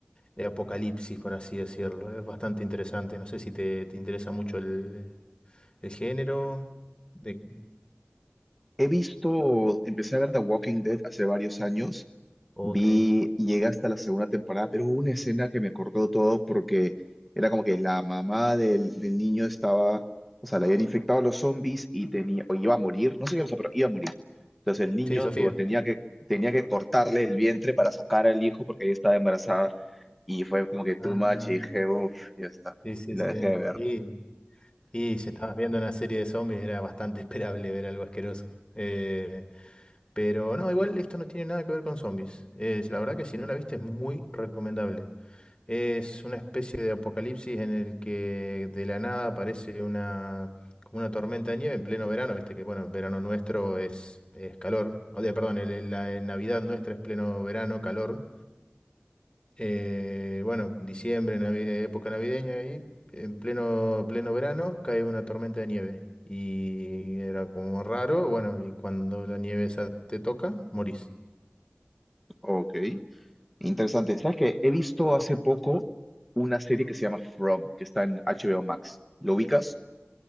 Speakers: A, on the left; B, in the centre.
A: de apocalipsis, por así decirlo. Es bastante interesante. No sé si te, te interesa mucho el, el género. De...
B: He visto, empecé a ver The Walking Dead hace varios años,
A: Oh,
B: vi,
A: qué lindo.
B: llegué hasta la segunda temporada, pero hubo una escena que me cortó todo porque era como que la mamá del, del niño estaba, o sea, le habían infectado a los zombies y tenía, o iba a morir, no sé qué pasó, pero iba a morir. Entonces el niño
A: Sí, Sofía.
B: tuvo, tenía que, tenía que cortarle el vientre para sacar al hijo porque ella estaba embarazada y fue como que too
A: Ah,
B: much y dije, uff, ya está,
A: sí, sí,
B: y la
A: sí.
B: dejé de ver.
A: Y, y si estabas viendo una serie de zombies era bastante <laughs> esperable ver algo asqueroso. Eh, pero no, igual esto no tiene nada que ver con zombies. Es, la verdad que si no la viste es muy recomendable. Es una especie de apocalipsis en el que de la nada aparece una, como una tormenta de nieve en pleno verano. Viste que, bueno, el verano nuestro es, es calor. O de- perdón, el- el- la Navidad nuestra es pleno verano, calor. Eh, bueno, diciembre, navi- época navideña ahí, en pleno, pleno verano, cae una tormenta de nieve. Y era como raro, bueno, y cuando la nieve esa te toca, morís.
B: Ok. Interesante. ¿Sabes qué? He visto hace poco una serie que se llama From, que está en HBO Max. ¿Lo ubicas?